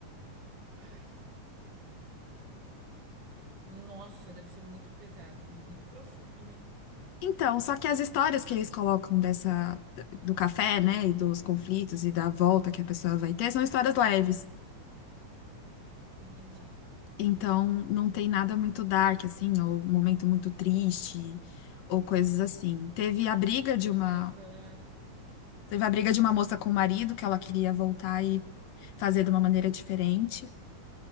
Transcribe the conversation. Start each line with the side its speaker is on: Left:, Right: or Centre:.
Right: Ai, nossa, deve ser muito pesado, muito profundo, né?
Left: Então, só que as histórias que eles colocam dessa do café, né, e dos conflitos e da volta que a pessoa vai ter, são histórias leves.
Right: Entendi.
Left: Então, não tem nada muito dark assim, ou momento muito triste, ou coisas assim. Teve a briga de uma,
Right: Aí eu pela
Left: teve a briga de uma moça com o marido que ela queria voltar e fazer de uma maneira diferente.